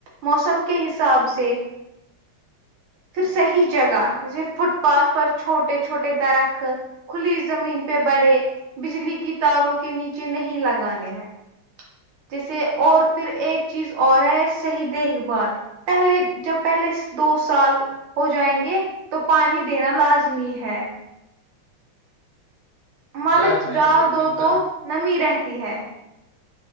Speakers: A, on the right (about 75°); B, on the left (about 40°).
A: موسم کے حساب سے پھر صحیح جگہ فٹ پاتھ پر چھوٹے چھوٹے درخت کھلی زمین پہ بڑے بجلی کی تاروں کے نیچے نہیں لگانے ہیں جیسے اور پھر ایک چیز اور ہے صحیح دیکھ بھال پہلے جب پہلے دو سال ہو جائیں گے تو پانی دینا لازمی ہے مرچ
B: یار میں
A: ڈال دو
B: کہتا
A: تو
B: ہوں
A: نمی رہتی ہے